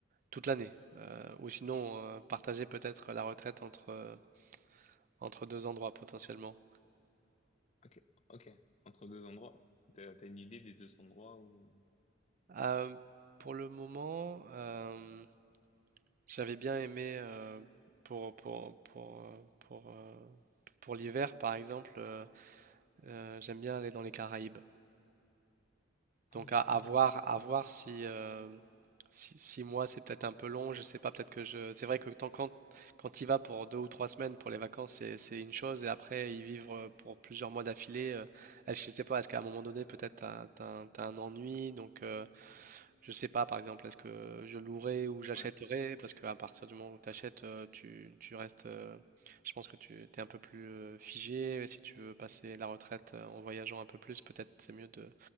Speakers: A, on the right; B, on the left.
A: toute l'année. euh, ou sinon, euh, partager peut-être la retraite entre, euh, entre deux endroits potentiellement.
B: Ok, ok. Entre deux endroits? T'as, t'as une idée des deux endroits où...
A: Euh, pour le moment, euh, j'avais bien aimé euh, pour, pour, pour, euh, pour, euh, pour l'hiver, par exemple, euh, euh, j'aime bien aller dans les Caraïbes.
B: Ah,
A: Donc
B: les
A: à, à
B: Caraïbes.
A: voir, à voir si, euh, si six mois c'est peut-être un peu long, je sais pas, peut-être que je. C'est vrai que tant- quand quand il va pour deux ou trois semaines pour les vacances, c'est c'est une chose, et après y vivre euh, pour plusieurs mois d'affilée, euh, est-ce que je sais pas, est-ce qu'à un moment donné peut-être t'as, t'as un t'as un ennui, donc euh, je sais pas par exemple, est-ce que je louerai ou j'achèterai,
B: Ouais,
A: parce qu'à partir du moment où t'achètes, euh, tu tu restes, euh, je pense que tu t'es un peu plus euh, figé, si tu veux passer la retraite euh, en voyageant un peu plus, peut-être c'est mieux de